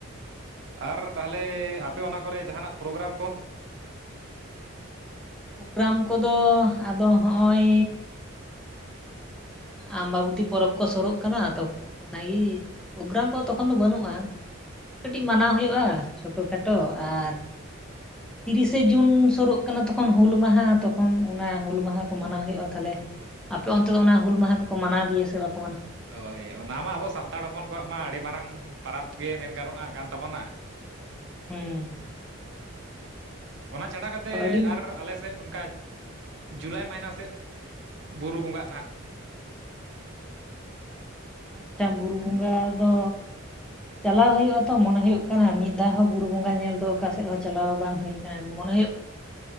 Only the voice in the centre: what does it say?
ᱜᱚᱝᱠᱮ
ᱯᱳᱜᱽᱨᱟᱢ ᱠᱚᱫᱚ ᱟᱫᱚ ᱦᱚᱜᱼᱚᱭ ᱟᱢᱵᱟᱵᱚᱛᱤ ᱯᱚᱨᱚᱵᱽ ᱠᱚ ᱥᱳᱨᱳᱜ ᱠᱟᱱᱟ ᱛᱚ ᱚᱱᱟᱜᱤ ᱯᱳᱜᱽᱨᱟᱢ ᱠᱚ ᱛᱚᱠᱷᱚᱱ ᱫᱚ ᱵᱟᱹᱱᱩᱜᱼᱟ ᱠᱟᱹᱴᱤᱡ ᱢᱟᱱᱟᱣ ᱦᱩᱭᱩᱜᱼᱟ ᱪᱷᱳᱴᱚ ᱠᱷᱟᱴᱚ ᱟᱨ ᱛᱤᱨᱤᱥᱮ ᱡᱩᱱ ᱥᱩᱨᱩᱜ ᱠᱟᱱᱟ ᱛᱚ ᱠᱷᱚᱱ ᱦᱩᱞ ᱢᱟᱦᱟ ᱛᱚᱠᱷᱚᱱ ᱚᱱᱟ ᱦᱩᱞ ᱢᱟᱦᱟ ᱠᱚ ᱢᱟᱱᱟᱣ ᱦᱩᱭᱩᱜᱼᱟ ᱛᱟᱦᱚᱞᱮ ᱟᱯᱮ ᱚᱱᱛᱮ ᱫᱚ ᱚᱱᱟ ᱦᱩᱞ ᱢᱟᱦᱟ ᱠᱚᱠᱚ ᱢᱟᱱᱟᱣ ᱜᱮᱭᱟ ᱥᱮ ᱵᱟᱝ?
ᱦᱩᱸ
ᱟᱹᱰᱤ
ᱟᱪᱪᱷᱟ ᱵᱩᱨᱩ ᱵᱚᱸᱜᱟ ᱫᱚ ᱪᱟᱞᱟᱣ ᱦᱩᱭᱩᱜᱼᱟ ᱛᱚ ᱢᱚᱱᱮ ᱦᱩᱭᱩᱜ ᱠᱟᱱᱟ ᱢᱤᱫ ᱫᱷᱟᱣ ᱦᱚᱸ ᱵᱩᱨᱩ ᱵᱚᱸᱜᱟ ᱧᱮᱞ ᱫᱚ ᱚᱠᱟᱥᱮᱫ ᱦᱚᱸ ᱪᱟᱞᱟᱣ ᱵᱟᱝ ᱦᱩᱭ ᱠᱟᱱᱟ ᱢᱚᱱᱮ ᱦᱩᱭᱩᱜ